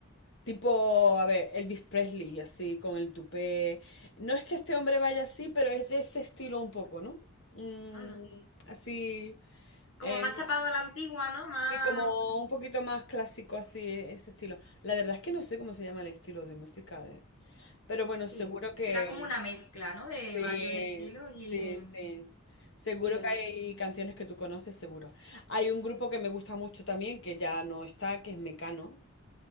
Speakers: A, on the left; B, on the left.
A: tipo, a ver, Elvis Presley, así, con el tupé? No es que este hombre vaya así, pero es de ese estilo un poco, ¿no? Mm,
B: Anda.
A: así, eh,
B: Como más chapado a la antigua, ¿no? Más...
A: sí, como un poquito más clásico, así, ese estilo. La verdad es que no sé cómo se llama el estilo de música de... Pero bueno,
B: Sí,
A: seguro que...
B: será como una mezcla, ¿no? De
A: Sí,
B: varios estilos
A: sí,
B: y,
A: sí. Seguro
B: y demás.
A: que hay canciones que tú conoces, seguro. Hay un grupo que me gusta mucho también, que ya no está, que es Mecano.